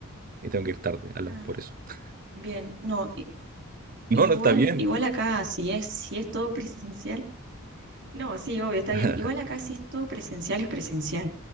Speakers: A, on the right; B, on the right.
A: Y tengo que ir tarde, hablamos
B: Ah,
A: por eso. <laughs>
B: bien, no, i-
A: No,
B: igual,
A: no está bien.
B: igual acá, si es, si es todo presencial. No, sí, obvio, está
A: <laughs>
B: bien. Igual acá si es todo presencial, es presencial.